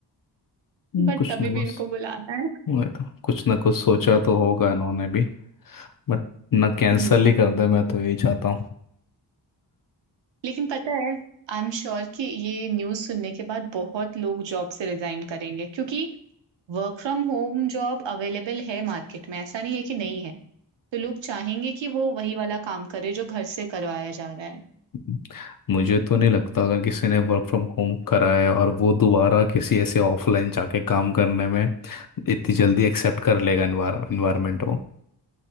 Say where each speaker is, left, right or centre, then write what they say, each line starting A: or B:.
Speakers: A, on the left (about 50°); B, on the right (about 85°).
A: हम्म,
B: बट
A: कुछ
B: तभी
A: नहीं बस
B: भी इनको बुलाना है।
A: मैं तो कुछ ना कुछ सोचा तो होगा इन्होंने भी बट ना कैंसिल
B: हुँ,
A: ही कर दे मैं तो यही चाहता
B: लेकिन पता है आई एम श्योर कि ये न्यूज़ सुनने के बाद बहुत लोग जॉब से रिज़ाइन करेंगे क्योंकि work from home job available है मार्केट में ऐसा नहीं है कि नहीं है तो लोग चाहेंगे कि वो वही वाला काम करे जो घर से करवाया जा रहा है
A: हूँ मुझे तो नहीं लगता अगर किसी ने वर्क फ्रॉम होम करा है और वो दोबारा किसी ऐसे ऑफलाइन जाके काम करने में इतनी जल्दी एक्सेप्ट कर लेगा इन्वायरमेंट वो